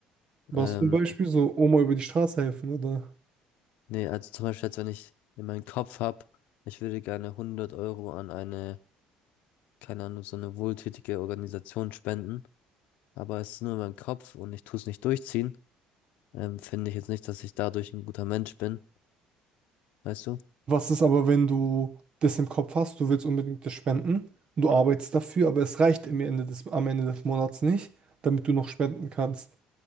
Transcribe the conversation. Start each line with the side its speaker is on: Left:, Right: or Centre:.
Right: Was
Left: Ähm,
Right: zum Beispiel so Oma über die Straße helfen, oder?
Left: nee, also zum Beispiel jetzt, wenn ich in meinem Kopf habe, ich würde gerne 100 Euro an eine, keine Ahnung, so eine wohltätige Organisation spenden, aber es ist nur in meinem Kopf und ich tue es nicht durchziehen, ähm, finde ich jetzt nicht, dass ich dadurch ein guter Mensch bin, weißt du?
Right: Was ist aber, wenn du das im Kopf hast, du willst unbedingt das spenden und du arbeitest dafür, aber es reicht im Ende des, am Ende des Monats nicht, damit du noch spenden kannst.